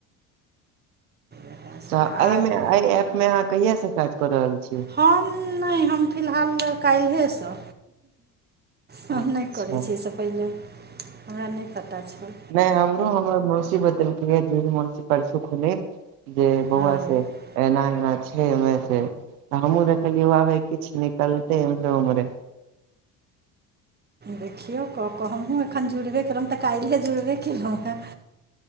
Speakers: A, on the right (about 20°); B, on the right (about 80°).
A: इएह सब
B: तऽ एहिमे
A: आर
B: एहि एप में अहाँ कहिया से काज क रहल छीयै
A: हम नहि हम फिलहाल कालहे से हम
B: अच्छा
A: नहि करैत छीय एहिसँ पहिले हमरा नहि पता छल
B: नहि हमरो हमर मौसी बदेलकै जे मौसी परसो खुले जे बहुआ
A: हँ
B: छै एना एना छै से हमहहुँ देखलियै आबे किछु निकलते इम्हरे उम्हरे
A: देखियौ कऽ कऽ हमहूँ एखन जुड़बे केललहुँ तऽ काल्हिए जुड़बे कयलहुँ हेॅ